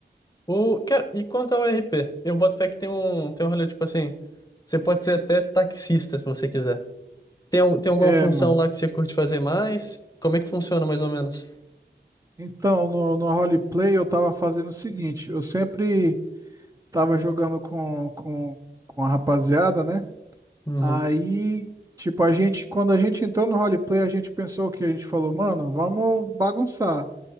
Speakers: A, on the left (about 20°); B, on the right (about 20°).
A: O, cara, e quanto ao RP? Eu boto fé que tem um, tem um rolê tipo assim. Você pode ser até taxista se você quiser. Tem, al- tem alguma
B: É,
A: função
B: mano.
A: lá que você curte fazer mais? Como é que funciona mais ou menos?
B: Então, no, no roleplay eu tava fazendo o seguinte, eu sempre tava jogando com, com, com a rapaziada, né?
A: Uhum.
B: Aí, tipo, a gente, quando a gente entrou no roleplay, a gente pensou o que? A gente falou, mano, vamos bagunçar.